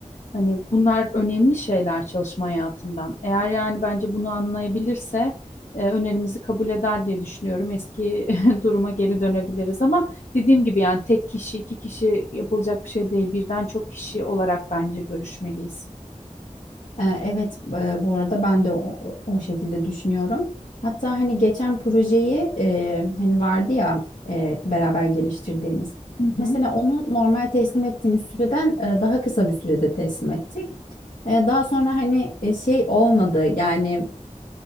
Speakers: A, on the left; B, on the left.
A: Hani bunlar önemli şeyler çalışma hayatından. Eğer yani bence bunu anlayabilirse e, önerimizi kabul eder diye düşünüyorum. Eski <laughs> duruma geri dönebiliriz ama dediğim gibi yani tek kişi, iki kişi yapılacak bir şey değil. Birden çok kişi olarak bence görüşmeliyiz.
B: Ee, Evet, e, bu arada ben de o, o- şekilde düşünüyorum. Hatta hani geçen projeyi e, hani vardı ya e, beraber geliştirdiğimiz.
A: Hı hı.
B: Mesela onu normal teslim ettiğimiz süreden e, daha kısa bir sürede teslim ettik. E, daha sonra hani e, şey olmadı yani